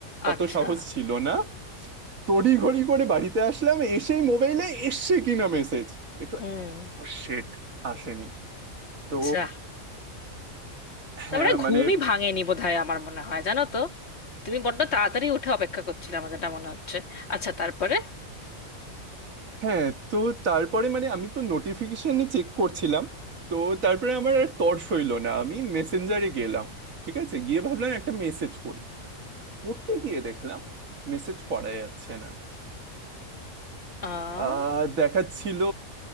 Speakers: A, on the left (about 50°); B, on the right (about 75°).
A: আচ্ছা
B: অত সাহস ছিল না তড়িঘড়ি করে বাড়িতে আসলাম এসেই মোবাইলে এসছে কিনা মেসেজ দেখলাম
A: হুম
B: ও শেট আসেনি তো
A: যা
B: হ্যাঁ
A: তারপরে ঘুমই
B: মানে
A: ভাঙেনি বোধহয় আমার মনে হয় জানো তো তুমি বড্ড তাড়াতাড়ি উঠে অপেক্ষা করছিলে আমার যেটা মনে হচ্ছে আচ্ছা তারপরে
B: হ্যাঁ তো তারপরে মানে আমি তো নোটিফিকেশনে চেক করছিলাম তো তারপরে আমার আর তর্স হইল না আমি মেসেঞ্জারে গেলাম ঠিক আছে গিয়ে ভাবলাম একটা মেসেজ করি পড়তে গিয়ে দেখলাম মেসেজ করা যাচ্ছে না
A: আহ,
B: আহ দেখাচ্ছিল